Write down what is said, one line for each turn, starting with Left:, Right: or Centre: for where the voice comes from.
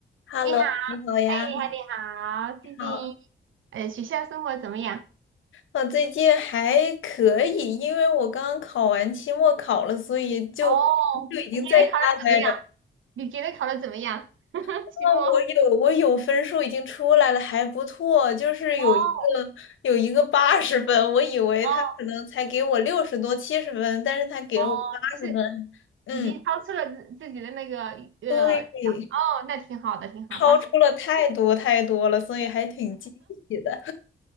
Left: Hello，
Right: 你好，
Left: 你好呀，
Right: 哎，
Left: 你
Right: 你好，你好，最近
Left: 好，
Right: 呃学校生活怎么样？
Left: 我最近还可以，因为我刚考完期末考了，所以就
Right: 哦，
Left: 就已经在家待着。
Right: 你觉得考的怎么样？你觉得考的怎么样？<laughs>
Left: 那我有我有分数已经出来了，
Right: 期末？
Left: 还不错，就是有一个有一个八十分，
Right: 哦
Left: 我以为他可能才给我六十多七十分，
Right: 哦
Left: 但是他给了我八十分，
Right: 哦，就是
Left: 嗯，
Right: 已经超出了自自己的那个呃，
Left: 对，
Right: 哦，那挺好的，挺好，
Left: 超出了太多太多了，
Right: 八十。
Left: 所以还挺惊喜的。